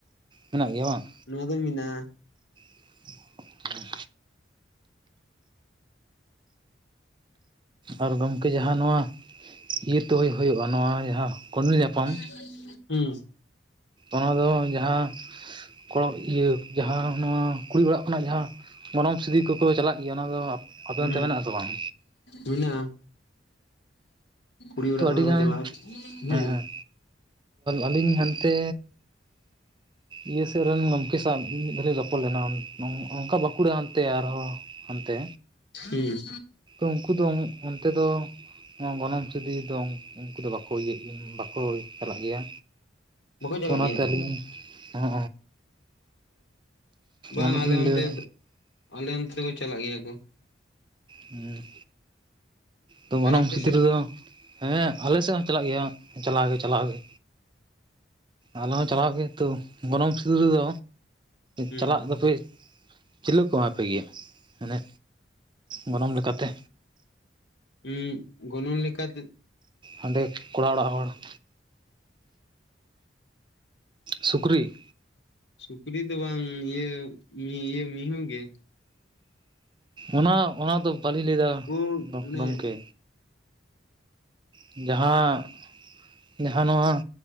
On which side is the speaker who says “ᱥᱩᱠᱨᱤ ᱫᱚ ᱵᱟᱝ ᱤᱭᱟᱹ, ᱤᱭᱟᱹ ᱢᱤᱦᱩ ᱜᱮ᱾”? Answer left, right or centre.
Left